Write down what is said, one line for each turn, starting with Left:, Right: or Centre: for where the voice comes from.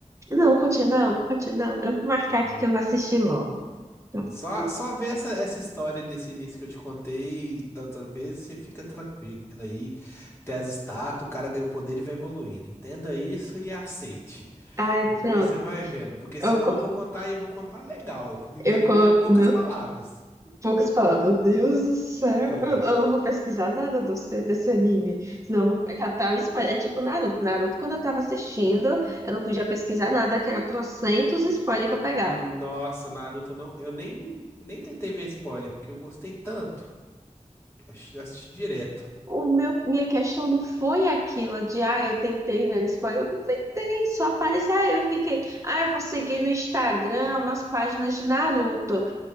Right: Não, continua, continua. Eu vou marcar aqui
Left: Hum,
Right: que eu vou assistir logo. Pronto.
Left: Só, só ver essa, essa história desse início que eu te contei da outra vez, você fica tranquilo aí. Tem as estátuas, o cara ganha o poder e vai evoluindo. Entenda isso e aceite.
Right: Ai,
Left: Depois
Right: pronto.
Left: você vai vendo, porque
Right: Eu,
Left: senão
Right: co-
Left: eu vou contar e eu vou contar legal, <laughs> entendeu?
Right: eu coloco.
Left: É poucas
Right: Meu,
Left: palavras.
Right: poucas palavras. Meu Deus do céu.
Left: É.
Right: Eu, eu não vou pesquisar nada desse, desse anime. Senão eu vou catar o spoiler. É tipo Naruto. Naruto, quando eu tava assistindo, eu não podia pesquisar nada, que era trocentos spoilers que eu pegava.
Left: Nossa, Naruto não, eu nem nem tentei ver spoiler, porque eu gostei tanto. assisti assisti direto.
Right: O meu, minha questão não foi aquilo de, ah, eu tentei ver spoiler, eu não tentei, só apareceu, aí eu fiquei, ah, eu vou seguir no Instagram umas páginas de Naruto,